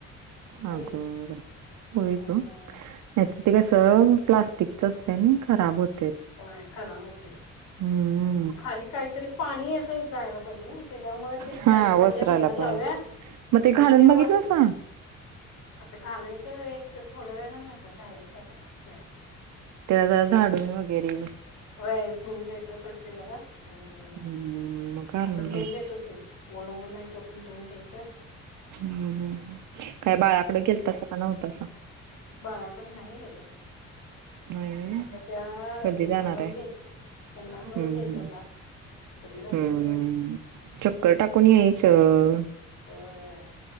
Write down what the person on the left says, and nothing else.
हो नाही
हम्म
होय खराब होतय.
आणि खाली काहीतरी पाणी असं जायला पाहिजे, नाई त्याच्यामुळे ते स्टँड
म्हणलं
ह्यांना लावूया.
म्हणून
वॉश आता घालायचं एक थोड्या वेळान, घासा घालायचं आता ते
व्हय धुवून घ्यायचं, स्वच्छ जरा ह्
आता
धुवून घेतो की, ऊन ऊन हाय तोपर्यंत धुऊन घ्यायचं.
बाळाकडे नाही गेलं.
आता त्या
हेंना
लावून
द्यायच, हेंना लावून
द्यायच
आता कधी जात्यात
बघूया?
व्हय